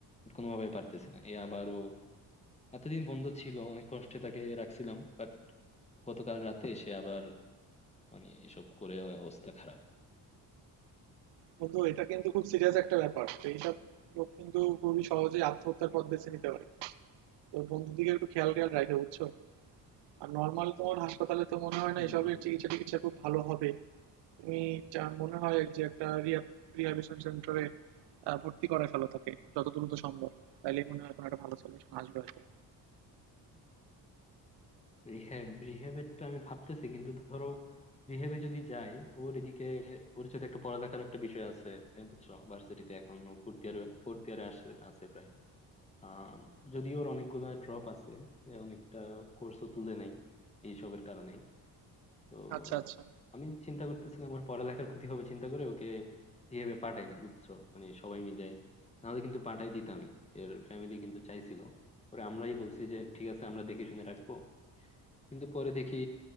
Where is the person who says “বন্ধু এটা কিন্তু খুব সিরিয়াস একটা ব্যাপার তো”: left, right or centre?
Right